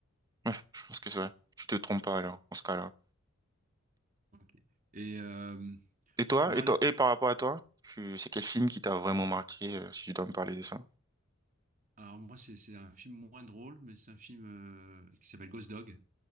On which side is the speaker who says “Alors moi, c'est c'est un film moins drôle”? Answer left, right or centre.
Right